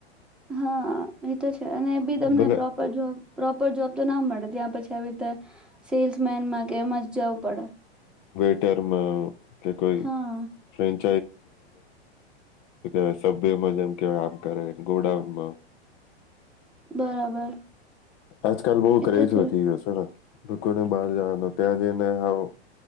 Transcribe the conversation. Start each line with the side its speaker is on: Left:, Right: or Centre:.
Centre: હા એ તો છે અને એ બી તમને
Left: ભલે
Centre: પ્રોપર જોબ પ્રોપર જોબ તો ના મળે. પછ સેલ મેનમાં કેમ જ જવું પડે
Left: ઘરમાં કે કોઈ
Centre: હા
Left: ફ્રેન્ચ વાય સભ્યમાં જેમ કેવાય આમ કરે ગોડાઉનમાં
Centre: બરાબર
Left: આજકાલ બહુ
Centre: એ
Left: ક્રેઝ
Centre: તો છે
Left: વધી ગયો છે. લોકોને બહાર જવાનો ત્યાં જઈને આવ